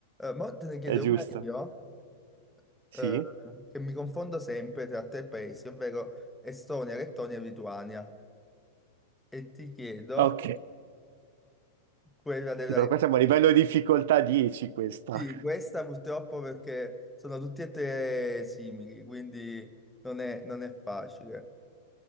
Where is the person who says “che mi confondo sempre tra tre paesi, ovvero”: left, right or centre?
Centre